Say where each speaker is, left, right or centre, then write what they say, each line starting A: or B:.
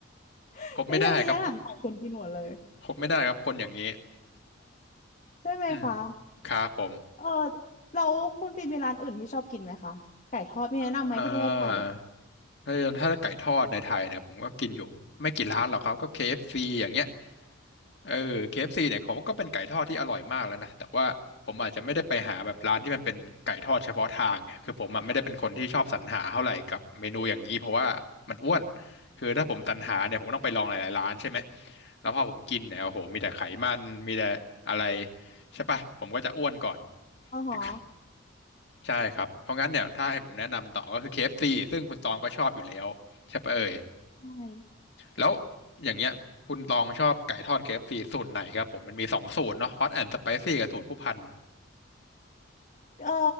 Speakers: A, on the left (about 35°); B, on the left (about 55°).
A: <laughs>
B: คบไม่ได้ครับ
A: ดิฉันจะแย่งหลังไก่คุณกินหมดเลย
B: คบไม่ได้ครับคนอย่างนี้
A: ใช่ไหมคะ
B: อืมครับผม
A: เออแล้วคุณฟิล์มมีร้านอื่นที่ชอบกินไหมคะไก่ทอดมีแนะนำไหมที่ประเทศไทยอ่ะ
B: อ่าถ้าถ้าไก่ทอดในไทยเนี่ยผมก็กินอยู่ไม่กี่ร้านหรอกครับก็ KFC อฟซีอย่างเงี้ย เออ KFC เอฟซีเนี่ยผมว่าก็เป็นไก่ทอดที่อร่อยมากแล้วนะแต่ว่าผมอาจจะไม่ได้ไปหาแบบร้านที่มันเป็นไก่ทอดเฉพาะทางไงคือผมอะไม่ได้เป็นคนที่ชอบสรรหาเท่าไหร่กับเมนูอย่างนี้เพราะว่ามันอ้วนคือถ้าผมสรรหาเนี่ยผมก็ต้องไปลองหลายๆร้านใช่ไหมแล้วพอผมกินเนี่ยโอ้โหมีแต่ไขมันมีแต่อะไรใช่ปะผมก็จะอ้วนก่อน
A: อ๋อฮะ
B: <laughs> ใช่ครับเพราะงั้นเนี่ยถ้าให้ผมแนะนำต่อก็คือ KFC ซซึ่งคุณตองก็ชอบอยู่แล้วใช่ปะเอ่ย
A: ใช่
B: แล้วอย่างเงี้ยคุณตองชอบไก่ทอด KFC สูตรไหนครับผมมันมีสองสูตรเนาะฮอตแอนด์สไปซี่กับสูตรผู้พัน
A: เออ